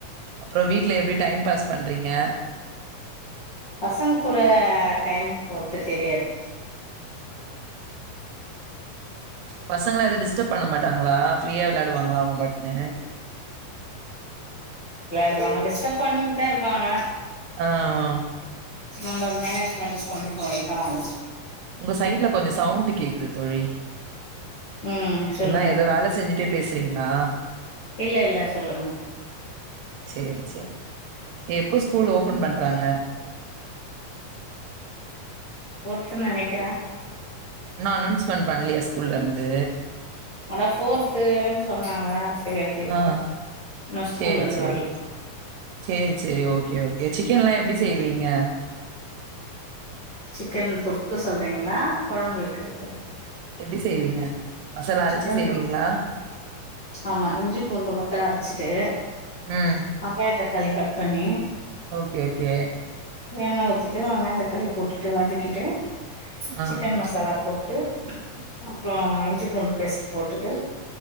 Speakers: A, on the right (about 80°); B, on the left (about 35°).
A: அப்றோ வீட் ல எப்படி டைம் பாஸ் பண்றீங்க
B: பசங்க கூட டைம் போத்து தெரியாது
A: பசங்களா எது டிஸ் டப் பண்ண மாட்டாங்களா ஃப்ரீயா விளாடுவாங்களா அவங்க பாட்னு
B: டுவாங்க டிஸ்டர்ப் பண்டு தா இருப்பாங்க
A: ஆ ஆ
B: நம்ம அத மேனேஜ் பண்ணி கொண்டு போய்தா ஆ
A: உங்க சைட்ல கொஞ்சோ சவுண்ட்டு கேக்குது தோழி
B: ம் சொல்லுங்க
A: என்ன ஏதோ வேல செஞ்சுட்டே பேசுறீங்களா
B: இல்ல இல்ல சொல்லுங்க
A: சரி சரி எப்ப ஸ்கூல் ஓபன் பண்றாங்க
B: த்துன் நெனைக்கிறே
A: இன்னு அனோன்ஸ்மெண்ட் பண்லயா ஸ் ஸ்கூல்ல இருந்து
B: அதா ஃபோர்த்துன்னு சொன்னாங்க சரியா தெரி
A: ஆ
B: இன்னு ஸ்கூல்ல
A: சேரி
B: இருந்து
A: சேரி
B: வரல
A: சேரி சேரி ஓகே ஓகே சிக்கன்லா எப்படி செய்வீங்க
B: சிக்கன் தொக்கு சொல்றீங்களா கொழம்பு வைக்கிறது
A: எப்டி செய்வீங்க மசாலா அரைச்சு
B: சிக்கன்
A: செய்வீங்களா?
B: தொ ஆமா இஞ்சி பூண்டு மட்டு அரச்சிட்டு
A: ம்.
B: வெங்காய தக்காளி கட் பண்ணி
A: ஓகே ஓகே
B: எண்ண ஊத்திட்டு வெங்காய தக்காளி போட்டுட்டு வதக்கிட்டு
A: ஆ.
B: சிக்கன் மசாலா போட் டு அப்றோ
A: ம்.
B: இஞ்சிப் பூண்டு பேஸ்ட் போட்டுட்டு